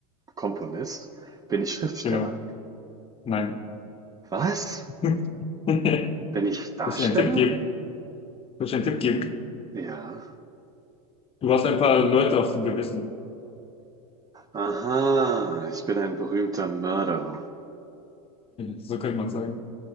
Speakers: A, on the right; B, on the left.
A: Komponist. Bin ich Schriftsteller?
B: genau, nein.
A: Was?
B: <laughs> Soll
A: Bin ich Darsteller?
B: ich dir einen Tipp geben? Soll ich dir einen Tipp geben?
A: Ja.
B: Du hast ein paar Leute auf dem Gewissen.
A: Aha, ich bin ein berühmter Mörderer.
B: So könnte man sagen.